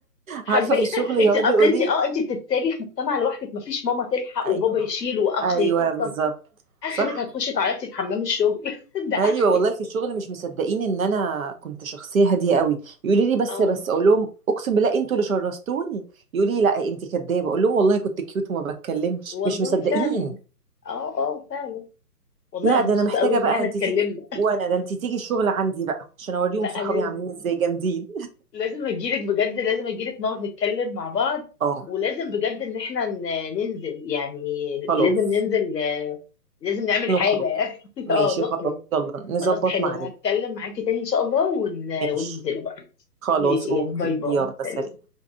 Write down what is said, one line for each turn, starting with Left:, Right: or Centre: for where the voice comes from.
Left: حرفيا
Right: عارفة في الشغل
Left: <laughs>
Right: يقعدوا
Left: انت اصل
Right: يقولوا
Left: انت
Right: لي
Left: اه انت بتتسابي في مجتمع لوحدك مفيش ماما تلحق
Right: ايوه
Left: وبابا يشيل واخ
Right: ايوه
Left: يطبطب
Right: بالظبط
Left: اخرك
Right: صح
Left: هتخشي تعيطي في حمام الشغل <laughs> ده اخرك
Right: ايوه والله في الشغل مش مصدقين ان انا كنت شخصيه هاديه قوي يقولوا لي بس
Left: اه
Right: بس اقول لهم اقسم بالله انتوا اللي شرستوني يقولوا لي لا انت كدابه اقول لهم والله كنت كيوت وما بتكلمش
Left: والله
Right: مش مصدقين
Left: فعلا اه اه فعلا والله
Right: لا
Left: انا
Right: ده
Left: مبسوطه
Right: انا محتاجه
Left: قوي ان
Right: بقى
Left: احنا
Right: انت
Left: اتكلمنا
Right: تيجي وانا ده انت تيجي الشغل عندي بقى عشان اوريهم
Left: لا
Right: صحابي
Left: لازم
Right: عاملين ازاي جامدين
Left: لازم اجيلك بجد لازم اجيلك نقعد نتكلم مع بعض
Right: اه
Left: ولازم بجد ان احنا ن- ننزل يعني
Right: خلاص
Left: لازم ننزل لازم نعمل حاجة
Right: نخرج
Left: يعني <laughs>
Right: ماشي
Left: اه نخرج
Right: خلاص يلا نظبط
Left: خلاص حلو
Right: ميعاد
Left: انا هتكلم معاكي تاني ان شاء الله ون...
Right: ماشي
Left: وننزل بقى
Right: خلاص
Left: ماشي
Right: اوكي
Left: يعني باي باي
Right: يلا سلام
Left: سلام